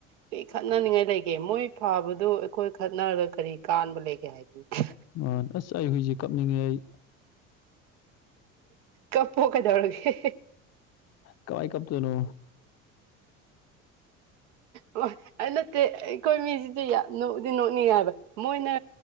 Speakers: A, on the right (about 60°); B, on the left (about 40°).
A: ꯄꯤ ꯈꯠꯅꯅꯤꯡꯉꯥꯏ ꯂꯩꯒꯦ ꯃꯣꯏ ꯐꯥꯕꯗꯨ ꯑꯩꯈꯣꯏ ꯈꯠꯅꯔꯒ ꯀꯔꯤ ꯀꯥꯟꯕ ꯂꯩꯒꯦ ꯍꯥꯏ ꯍꯥꯏ
B: ꯑ ꯑꯁ ꯑꯩ ꯍꯨꯖꯤꯁꯦ ꯀꯞꯅꯤꯡꯉꯦ ꯑꯩ
A: ꯀꯞꯄꯣ ꯀꯩꯗꯧꯔꯒꯦ
B: ꯀꯃꯥꯏ ꯀꯞ ꯇꯣꯢꯅꯣ꯫
A: ꯑꯣ ꯑ ꯅꯠꯇꯦ ꯑꯩꯈꯣꯏ ꯃꯤꯁꯤꯗꯤ ꯌꯥꯝꯗꯤ ꯅꯣꯛꯅꯤꯡꯉꯦ ꯍꯥꯏꯕ ꯃꯣꯏꯅ